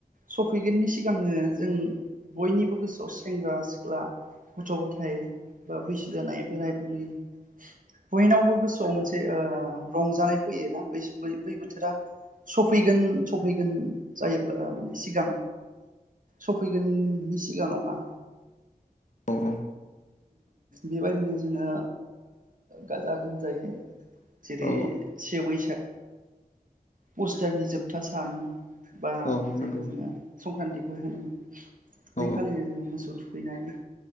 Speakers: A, on the right; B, on the left.
A: सफैगोननि सिगांनो जों बयनिबो गोसोआव सेंग्रा सिख्ला गथ' गथाय बा बैसो जानाय बोराय बुरै बयनावबो गोसो मोसौआव मोनसे रंजानाय फैयोना बै बै बोथोरा सफैगोन सफैगोन जायोब्ला माने सिगां सफैगोननि सिगाङावहा
B: अ औ
A: बेबायदिनो जोङो गाजा गोमजायै जेरै
B: औ
A: सेवै पस्टारनि जोबथा सान बा
B: औ नंगौ
A: जायखौ जोङो संक्रान्ति <inaudible> बेै
B: औ
A: खालिनो जोङो मोसौ थुखैनाय